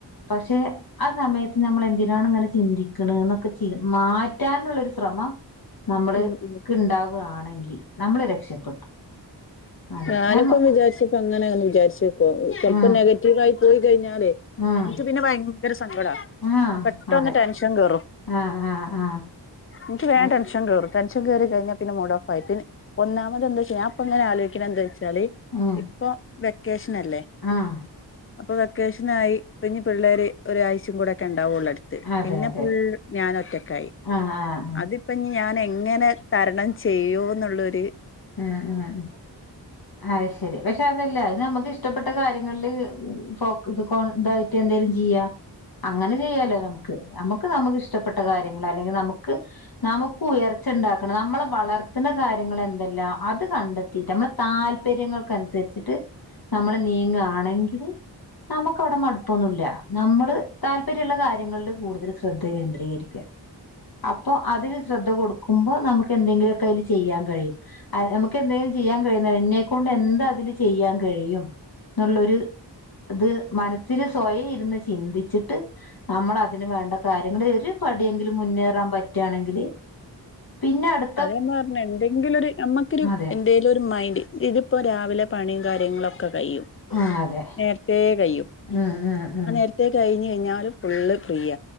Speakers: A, on the left (about 55°); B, on the left (about 30°).
A: പക്ഷേ ആ സമയ സമയത്ത് നമ്മള് എന്തിനാണ് ഇങ്ങനെ ചിന്തിക്കുന്നത് എന്നൊക്കെ ചെയ മാറ്റാനുള്ളരു ശ്രമം നമ്മള്ക്ക്
B: ഉം ഉം
A: ഉണ്ടാവുകയാണെങ്കിൽ നമ്മള് രക്ഷപ്പെട്ടു അതെ
B: ഞാനിപ്പം
A: നമ്മ
B: വിചാരിച്ചപ്പ അങ്ങനെ അന്ന് വിചാരിച്ചേക്കോ
A: ഉം
B: നെഗറ്റീവ ആയി പോയി കഴിഞ്ഞാലേ
A: ഉം
B: എനിക്ക് പിന്നെ ഭയങ്കര സങ്കടാ
A: ആഹ്
B: പെട്ടന്ന്
A: അതെ
B: ടെൻഷൻ കേറും
A: ആഹ് ആഹ് ആഹ്
B: ഇനിക്ക് വേഗം
A: അത്
B: ടെൻഷൻ കേറും ടെൻഷൻ കേയറി കഴിഞ്ഞ പിന്നെ മൂഡ്ഓഫ് ആയി പിന്ന ഒന്നാമത് എന്താച്ചേ ഞാൻ ഇപ്പൊങ്ങെ ആലോചിച്ചാലേ എന്താ വച്ചാല്
A: ഉം
B: ഇപ്പൊ വെക്കേഷൻല്ലേ
A: ആഹ്
B: അപ്പൊ വെക്കേഷനായി ഇപ്പം ഇഞ്ഞ് പിള്ളേര് ഒരാഴ്ചയും കൂടെ ഒക്കെ ഇണ്ടാവുള്ളൂ അ
A: അതെ
B: പിന്നെപ്പം
A: അതെ
B: ഞാന് ഒറ്റക്കായി
A: ആഹ് ആഹ് ആഹ്
B: അത് ഇപ്പം ഞാൻ എങ്ങനെ തരണം ചെയ്യൂ എന്നുള്ളരു
A: ആഹ് ആഹ് അയ ശെരി പക്ഷെ അതല്ല അത് നമുക്ക് ഇഷ്ടപ്പെട്ട കാര്യങ്ങളില് <unintelligible> എന്തെലും ചെയ്യാം അങ്ങനെ ചെയ്യാലോ നമുക്ക് നമുക്ക് നമുക്ക്ഷ്ടപ്പെട്ട കാര്യങ്ങൾ അല്ലെങ്കിൽ നമുക്ക് നമുക്ക് ഉയർച്ച ഇണ്ടാക്കണം നമ്മളെ വളർത്തുന്ന കാര്യങ്ങൾ എന്താ അതല്ല അത് കണ്ടെത്തി് നമ്മെളെ താല്പര്യങ്ങൾക്ക് അനുസരിച്ചിട്ട് നമ്മള് നീങ്ങയാണെങ്കിൽ നമുക്ക് അവിടെ മടുപ്പൊന്നും ഇല്ല നമ്മള് താല്പര്യമുള്ള കാര്യങ്ങളിൽ കൂടുതൽ ശ്രദ്ധ കേന്ദ്രീകരിക്ക അപ്പൊ അതിന് ശ്രദ്ധ കൊടുക്കുമ്പോ നമുക്ക് എന്തെങ്കിലുമൊക്കെ അതിൽ ചെയ്യാൻ കഴിയും നമുക്ക് എന്തെങ്കിലും ചെയ്യാൻ കഴിയുന്ന എന്നെക്കൊണ്ട് എന്താ അതില് ചെയ്യാൻ കഴിയും എന്നുള്ളരു ത് മനസ്സിൽ സ്വയം ഇരുന്ന് ചിന്തിച്ചിട്ട് നമ്മൾ അതിന് വേണ്ട കാര്യങ്ങൾ ഒരു പടിയെങ്കിലും മുന്നേറാൻ പറ്റാ ണെങ്കില് പിന്നെ അടു
B: അത ഞാപറഞ്ഞ എന്തെങ്കിലും ഒരു നമ്മക്കൊരു
A: അതെ
B: എന്തെ ഇ ഒരു മൈൻഡ് ഇതിപ്പോ രാവിലെ പണിയും കാര്യങ്ങളൊക്കെ കഴിയും
A: ഉം അതെ
B: നേർത്തെ കഴിയും <unintelligible>
A: ഉം ഉം ഉം
B: ത്തെ കഴിഞ്ഞ് കഴിഞ്ഞാല് ഫുള്ള് ഫ്രീയ